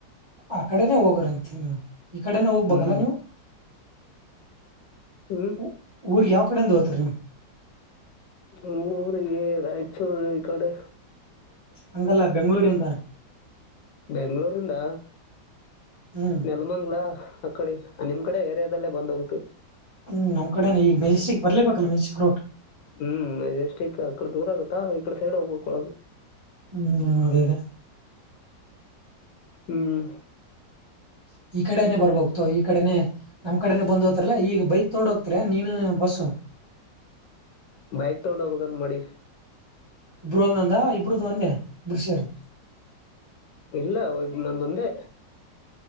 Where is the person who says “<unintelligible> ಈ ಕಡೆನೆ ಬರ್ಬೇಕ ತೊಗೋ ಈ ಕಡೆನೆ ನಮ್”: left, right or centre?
Right